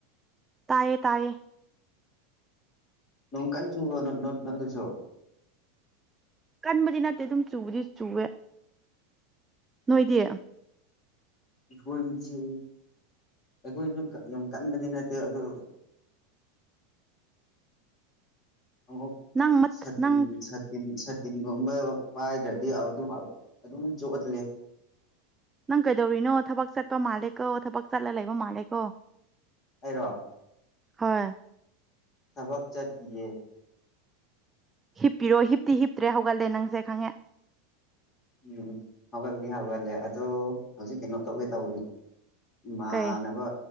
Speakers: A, on the right; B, on the left.
A: ꯇꯥꯏꯌꯦ ꯇꯥꯏꯌꯦ
B: ꯅꯣꯡꯀꯟ ꯆꯨꯕ꯭ꯔꯣ ꯅꯣꯏꯗꯁꯨꯣ
A: ꯀꯟꯕꯗꯤ ꯅꯠꯇꯦ ꯑꯗꯨꯝ ꯆꯨꯕꯗꯤ ꯆꯨꯋꯦ ꯅꯣꯏꯗꯤ
B: ꯑꯩꯈꯣꯏꯁꯤ ꯑꯩꯈꯣꯏꯁꯨ ꯌꯥꯝ ꯀꯟꯕꯗꯤ ꯅꯠꯇꯦ ꯑꯗꯨ ꯑꯃ
A: ꯅꯪ
B: ꯁꯇꯤꯟ
A: ꯅꯪ
B: ꯁ ꯇꯤꯟ ꯁꯥꯇꯤꯟꯒꯨꯝꯕ ꯄꯥꯏꯗ꯭ꯔꯗꯤ ꯑꯗꯨꯝ ꯆꯣꯠꯂꯤ
A: ꯅꯪ ꯀꯩꯗꯧꯔꯤꯅꯣ ꯊꯕꯛ ꯆꯠꯄ ꯃꯥꯜꯂꯦ ꯀꯣ ꯊꯕꯛ ꯆꯠꯂ ꯂꯩꯕ ꯃꯥꯜꯂꯦꯀꯣ
B: ꯑꯩꯔꯣ
A: ꯍꯣꯏ
B: ꯊꯕꯛ ꯆꯠꯇꯤꯌꯦ
A: ꯍꯤꯞꯄꯤꯔꯣ ꯍꯤꯞꯇꯤ ꯍꯤꯞꯇ꯭ꯔꯦ ꯍꯧꯒꯠꯂꯦ ꯅꯪꯁꯦ ꯈꯪꯉꯦ
B: ꯎꯝ ꯍꯧꯒꯠꯗꯤ ꯍꯒꯠꯂꯦ ꯑꯗꯣ ꯍꯧꯖꯤꯛ ꯀꯩꯅꯣ ꯇꯧꯒꯦ ꯇꯧꯕꯅꯤ ꯏꯃꯥꯅꯕ
A: ꯀꯩ